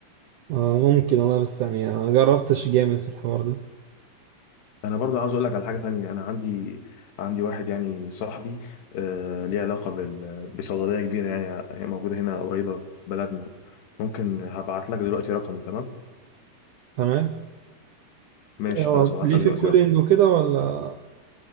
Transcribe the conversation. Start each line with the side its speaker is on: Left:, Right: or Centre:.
Right: آه ممكن والله بس يعني أنا ما جربتش جامد في الحوار ده
Left: انا برضه عاوز اقول لك على حاجه تانية انا عندي عندي واحد يعني صاحبي آه ليه علاقه بال... بصيدليه كبيره يعني هي موجوده هنا قريبه في بلدنا ممكن هبعت لك دلوقتي رقمه تمام
Right: تمام
Left: ماشي
Right: هو
Left: خلاص هبعت
Right: ليه
Left: لك دلوقتي
Right: في الكودينج
Left: رقم
Right: وكده ولا